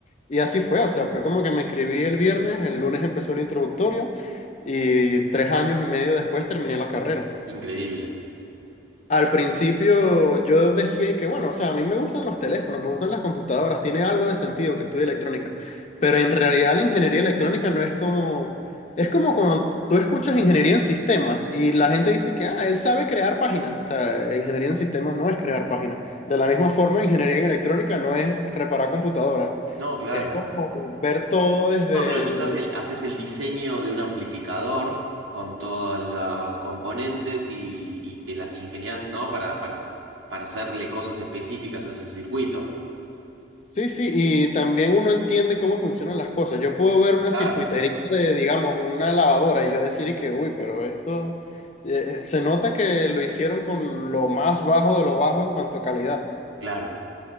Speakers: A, on the left; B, on the right.
A: Y así fue, o sea, fue como que me inscribí el viernes, el lunes empezó el introductorio y tres años y medio después terminé la carrera.
B: Increíble.
A: Al principio yo decía que, bueno, o sea, a mí me gustan los teléfonos, me gustan las computadoras, tiene algo de sentido que estudie electrónica, pero en realidad la ingeniería electrónica no es como, es como cuando tú escuchas ingeniería en sistemas y la gente dice que, ah, él sabe crear páginas, o sea, ingeniería en sistemas no es crear páginas. De la misma forma, ingeniería en electrónica no es reparar computadoras,
B: No, claro.
A: es como ver todo desde
B: No, pero quizás
A: el,
B: el- haces el diseño de un amplificador con todos los componentes y, y te las ingenias, ¿no? Para, para, para hacerle cosas específicas a ese circuito.
A: Sí, sí, y también uno entiende cómo funcionan las cosas. Yo puedo ver una
B: Claro,
A: circuitería de, digamos, una lavadora y yo decir y que, uy, pero esto eh, eh, se nota que lo hicieron con lo más bajo de lo bajo en cuanto a calidad.
B: claro.